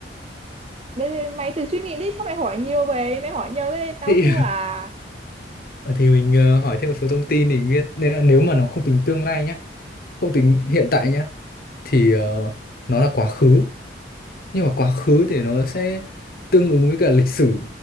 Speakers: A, on the right; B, on the left.
A: đây mày tự suy nghĩ đi sao mày hỏi nhiều vậy mày hỏi nhiều thế tao
B: thì
A: thua à
B: ờ, thì mình ờ, hỏi thêm một số thông tin để biết nên là nếu mà nó không tính tương lai nhá không tính hiện tại nhá thì ờ, nó là quá khứ nhưng mà quá khứ thì nó sẽ tương ứng với cả lịch sử